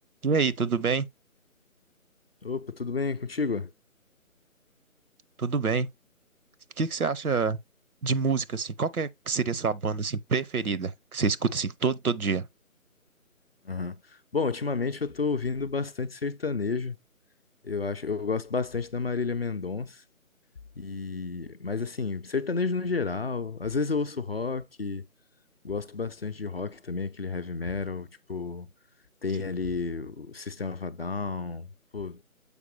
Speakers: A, on the right; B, on the left.
A: E aí, tudo bem?
B: Opa, tudo bem contigo?
A: Tudo bem. O que que você acha de música, assim? Qual que, é, que seria a sua banda, assim, preferida? Que você escuta, assim, todo, todo dia?
B: Aham. Bom, ultimamente eu tô ouvindo bastante sertanejo. Eu acho, eu gosto bastante da Marília Mendonça. E, mas assim, sertanejo no geral. Às vezes eu ouço rock, gosto bastante de rock também, aquele heavy metal, tipo, tem
A: Sim.
B: ali o System of a Down, pô,